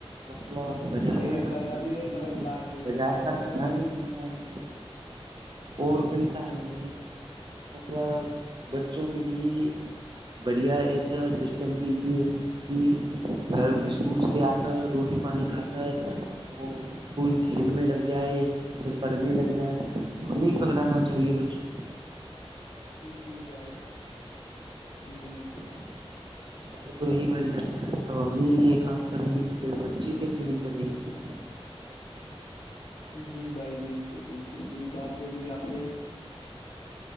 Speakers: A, on the right; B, on the left.
A: مطلب بازار
B: پیڑ
A: کا کھانا
B: لگانے
A: نہیں کھانا
B: مگر
A: ہے
B: کاٹنے
A: بازار
B: نہیں ہے
A: کا
B: ہے
A: کھانا
B: نا بھائی
A: نہیں کھانا ہے اور کئی کارن ہیں مطلب بچوں کے لیے بڑھیا ایسا سسٹم کیجیے کہ گھر اسکول سے آ کر روٹی پانی کھا کر اور کوئی کھیلنے لگ جائے پھر پڑھنے لگ جائے تو نہیں پکڑانا چاہیے بچوں کو
B: جی بھائی بالکل
A: وہ تو یہی بھائی جان اب ہم ہی یہ کام کریں گے تو پھر بچے کیسے نہیں کر رہیںے
B: ج جی بھائی بالکل بالکل صحیح بات بولی آپ نے